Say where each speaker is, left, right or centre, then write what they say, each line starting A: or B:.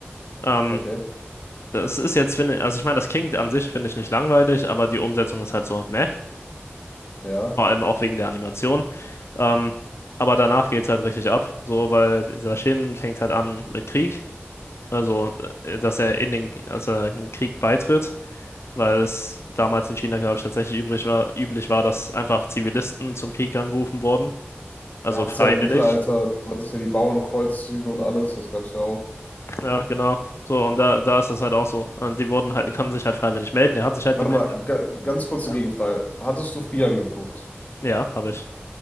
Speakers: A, on the left; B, on the left.
A: Ähm,
B: okay,
A: das ist jetzt, finde ich, also ich meine, das klingt an sich, finde ich, nicht langweilig, aber die Umsetzung ist halt so, meh.
B: ja.
A: Vor allem auch wegen der Animation. Ähm, aber danach geht's halt richtig ab. So, weil dieser Shin fängt halt an mit Krieg. Also, äh, dass er in den, dass er in den Krieg beitritt, weil es damals in China, glaube ich, tatsächlich übrig war, üblich war, dass einfach Zivilisten zum Krieg angerufen wurden. Also
B: Ja, hat's
A: freiwillig.
B: ja auch im Mittelalter, du hattest ja die Bauernkreuzzüge und alles, das gab's ja auch.
A: Ja, genau. So, und da, da ist das halt auch so. Und die wurden halt, konnten sich halt freiwillig melden. Der hat sich halt
B: Warte
A: gemeldet.
B: mal, ga, ganz kurze
A: Ja.
B: Gegenfrage. Hattest du Frieren geguckt?
A: Ja, habe ich.